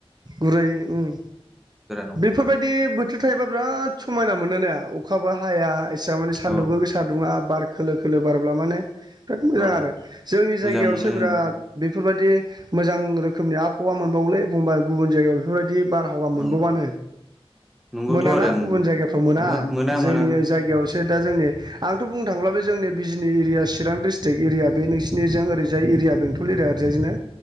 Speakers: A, on the right (about 45°); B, in the centre.
A: गुरै उम
B: नङा
A: बेफोरबायदि बो थायोबा बिराद समायना मोनो ना अखाबो हाया एसेबां मानि सान्दुंबो
B: औ
A: गोसा दुङा। बार खोलो खोलो बारब्ला माने बिराद मोजां
B: औ
A: जोंनि
B: मोजां
A: जायगायावसो
B: मोनो
A: बिराद बेफोरबायदि मोजां रोखोमनि आबहावा मोनबावलै होनबा गुबुन जायगायाव बेफोरबायदि बिदि बारहावा मोनबावानो।
B: औ नंगौथ'
A: मोनाना
B: आरो
A: गुबुन जायगाफ्राव मोना
B: ओहो
A: जोंनि
B: मोना
A: जायगायावसो दा जोंनि आंथ' बुंनो थांङोब्ला बे जोंनि बिजनि एरिया चिरां डिस्ट्रिट स्ट्रिक्ट एरिया बे नोंसिनिजों ओरजाय एरिया बेंटल एरया ओरैजाजोंनो